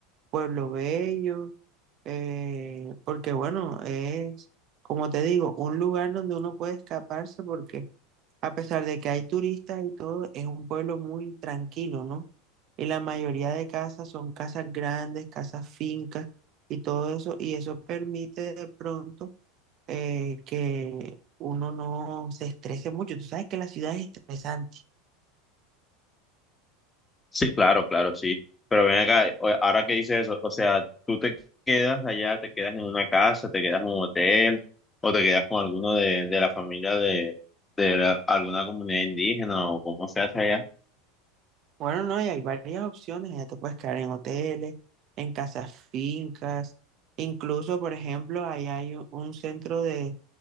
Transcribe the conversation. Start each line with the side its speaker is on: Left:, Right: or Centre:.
Right: Pueblo Bello, eh, porque bueno, es, como te digo, un lugar donde uno puede escaparse porque a pesar de que hay turistas y todo, es un pueblo muy tranquilo, ¿no? Y la mayoría de casas son casas grandes, casas fincas y todo eso, y eso permite de pronto eh, que uno no se estrese mucho. Tú sabes que la ciudad es estresante.
Left: Sí, claro, claro, sí. Pero ven acá, o- ahora que dices eso, o sea, tú te quedas allá, te quedas en una casa, te quedas en un hotel o te quedas con alguno de, de la familia de, de la- alguna comunidad indígena o como se hace allá.
Right: Bueno, no, y hay varias opciones. Ya te puedes quedar en hoteles, en casas fincas. Incluso, por ejemplo, ahí hay u- un centro de,